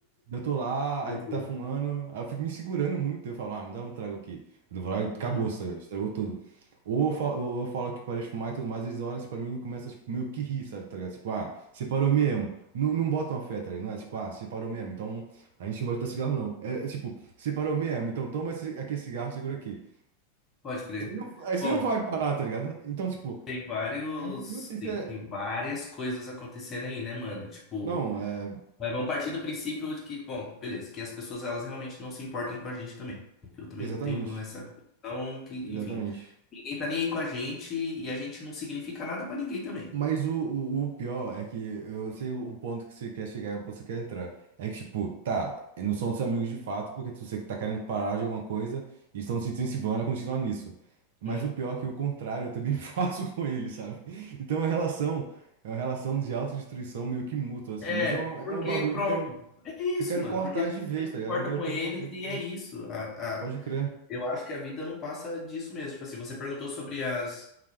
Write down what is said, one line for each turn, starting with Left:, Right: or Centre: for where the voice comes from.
Right: eu tô lá, aí
Left: Eu
Right: tu
Left: sei.
Right: tá fumando, aí eu fico me segurando muito. Eu falo, ah, me dá um trago aqui. Eu vou lá e acabou,
Left: Uhum.
Right: sabe? Estragou tudo. Ou eu falo, ou eu falo que parei de fumar e tudo mais, eles olham assim pra mim e começam, tipo, meio que rir, sabe? Tá ligado? Tipo, ah, você parou mesmo. Não, não botam fé, tá ligado? Não é tipo, ah, você parou mesmo, então a gente não vai te dar cigarro, não. É, é tipo, você parou mesmo, então toma esse, aqui esse cigarro, segura aqui.
Left: Pode crer.
Right: Ele não- aí você
Left: Bom,
Right: não vai parar, tá ligado? Então, tipo,
Left: tem vários.
Right: é- não sei se
Left: Tem,
Right: é.
Left: tem várias coisas acontecendo aí, né, mano? Tipo,
Right: Não, é.
Left: mas vamos partir do princípio de que, bom, beleza, que as pessoas elas realmente não se importam com a gente também. Porque eu também
Right: Exatamente.
Left: tenho essa questão que,
Right: Exatamente.
Left: enfim, ninguém tá nem aí com a gente e a gente não significa nada pra ninguém também.
Right: Mas o, o, o pior é que eu sei o ponto que você quer chegar, e o ponto que você quer entrar. É que, tipo, tá, não são seus amigos de fato, porque tu sei que tá querendo parar de alguma coisa e estão se incentivando a continuar nisso. Mas
Left: Uhum.
Right: o pior é que o contrário eu também <laughs> faço com eles, sabe? Então é uma relação, é uma relação de autodestruição meio que mútua, assim.
Left: É,
Right: Mas é um, é
Left: porque
Right: um bagulho
Left: pronto.
Right: que eu quero,
Left: É isso,
Right: eu quero
Left: mano.
Right: cortar
Left: Porque você
Right: de vez,
Left: também não
Right: tá
Left: se
Right: ligado?
Left: importa
Right: É um bagulho
Left: com
Right: que
Left: eles
Right: eu quero cortar de
Left: e
Right: vez.
Left: é isso. A,
Right: Pode
Left: a-
Right: crer.
Left: Eu acho que a vida não passa disso mesmo. Tipo assim, você perguntou sobre as,